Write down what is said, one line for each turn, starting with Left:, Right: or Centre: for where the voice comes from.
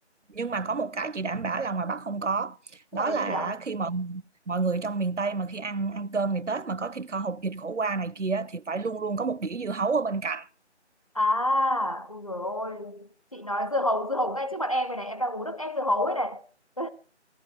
Right: nhưng mà có một cái chị đảm bảo là ngoài Bắc không có
Left: Tức
Right: đó
Left: là cái
Right: là
Left: gì ạ?
Right: khi mọi mọi người trong miền Tây mà khi ăn ăn cơm ngày Tết mà có thịt kho hột vịt khổ qua này kia thì phải luôn luôn có một đĩa dưa hấu ở bên cạnh
Left: À, ui dồi ôi. Chị nói dưa hấu, dưa hấu ngay trước mặt em này này. Em đang uống nước ép dưa hấu ấy này. <laughs>